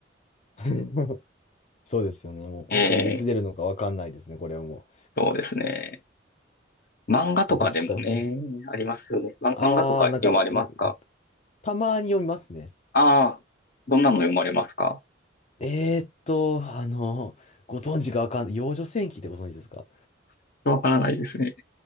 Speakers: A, on the left; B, on the left.
A: <laughs> そうですよね。もう本当にいつ出るのかわかんないですね、
B: <laughs> え
A: これはも
B: ー、そうですね。漫画とかでもね、
A: う。お待ちくた。
B: ありますよね。ま漫画とか読まれますか
A: あー、なんか、な、たまに読みますね。
B: ああ、どんなの読まれますか
A: えーっと、あの、ご存知かわかんない。幼女戦記ってご存知ですか
B: わからないですね。